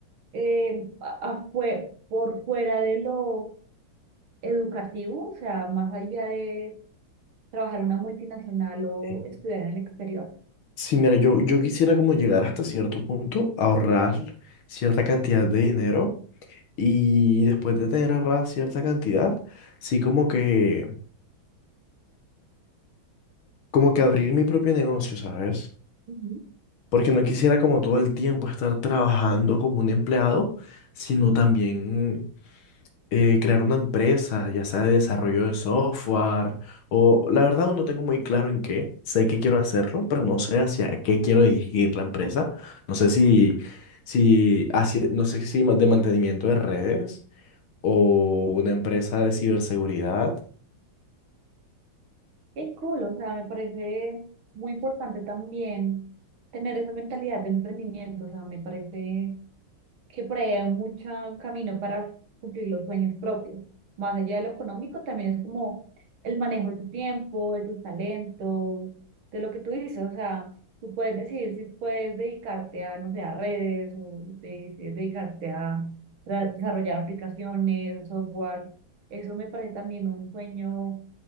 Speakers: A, on the right; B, on the left.
A: eh, a- a fue- por fuera de lo educativo, o sea, más allá de trabajar en una multinacional o
B: Eh,
A: estudiar en el exterior.
B: Sí, mira, yo, yo quisiera como llegar hasta cierto punto, ahorrar cierta cantidad de dinero Y después de tener ahorrada cierta cantidad, sí como que, como que abrir mi propio negocio, ¿sabes?
A: Ujú.
B: Porque no quisiera como todo el tiempo estar trabajando como un empleado, sino también eh, crear una empresa, ya sea de desarrollo de software, o la verdad aún no tengo muy claro en qué, sé que quiero hacerlo, pero no sé hacia qué quiero dirigir la empresa, no sé si, si hacia, no sé si ma- de mantenimiento de redes o una empresa de ciberseguridad
A: Qué cool, o sea, me parece muy importante también tener esa mentalidad de emprendimiento, o sea, me parece que por ahí hay mucho camino para cumplir los sueños propios. Más allá de lo económico, también es como el manejo de tu tiempo, de tus talentos, de lo que tú dices. O sea, tú puedes decidir si puedes dedicarte a, no sé, a redes, o de- si dedicarte a tra- desarrollar aplicaciones, software. Eso me parece también un sueño